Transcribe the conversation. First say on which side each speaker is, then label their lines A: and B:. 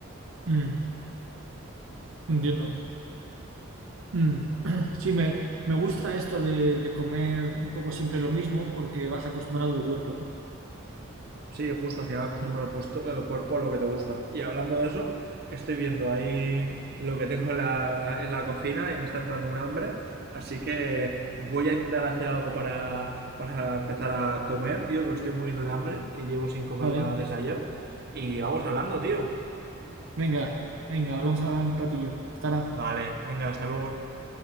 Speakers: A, on the right (about 75°); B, on the right (about 50°).
A: mm. entiendo. Mm. <clears throat> Sí, me, me gusta esto de, de comer un poco siempre lo mismo porque vas acostumbrado al cuerpo, ¿no?
B: Sí, justo, al final acostumbras
A: Mm.
B: el, puesto- el cuerpo a lo que te gusta. Y hablando de eso, estoy viendo ahí lo que tengo en la, en la cocina y me está entrando un hambre. Así que voy a intentar hacer algo para, para empezar a comer, tío, que me estoy muriendo de hambre, que llevo sin comer
A: Vale,
B: nada desde ayer. Y vamos hablando, tío.
A: venga, venga, hablamos ahora un ratillo. Tara.
B: Vale, venga, hasta luego.